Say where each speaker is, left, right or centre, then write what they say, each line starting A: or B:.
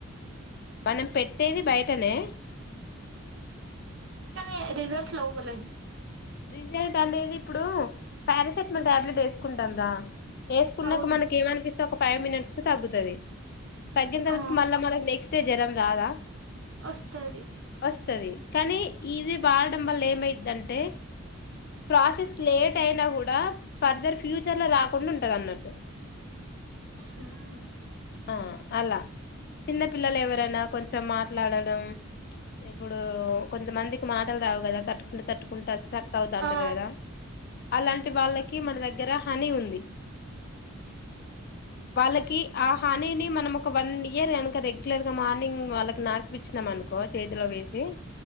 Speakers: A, on the left; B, on the right.
A: మనం పెట్టేది బయటనే
B: కానీ రిజల్ట్ లోపలే
A: రిజల్ట్ అనేది ఇప్పుడు పారాసెటమల్ టాబ్లెట్ వేసుకుంటం రా వేసుకున్నాక
B: అవును
A: మనకి ఏమనిపిస్తది ఒక ఫైవ్ మినిట్స్ క్ తగ్గుతది తగ్గిన తరువాతకి
B: ఆ
A: మళ్ళా మనక్ నెక్స్ట్ జరం రాదా
B: వస్తది
A: వస్తది కానీ ఇది వాడడం వల్ల ఏమైద్దంటే ప్రాసెస్ లేట్ అయినా కూడా ఫర్దర్ ఫ్యూచర్ లో రాకుండా ఉంటదన్నట్టు
B: ఉం ఉం
A: ఆ అలా చిన్న పిల్లలు ఎవరనా కొంచెం మాట్లాడడం ఇప్పుడు కొంతమందికి మాటలు రావు కదా తట్టుకుంటే తట్టుకుంట కష్ట అవుతంటారు
B: ఆ
A: గదా అలాంటి వాళ్ళకి మన దగ్గర హనీ ఉంది <unintelligible> వాళ్ళకి ఆ హానీని మనం ఒక వన్ ఇయర్ కనుక రెగ్యులర్ గా మార్నింగ్ వాళ్ళకి నాకుపిచ్చినాం అనుకో కో చేతిలో వేసి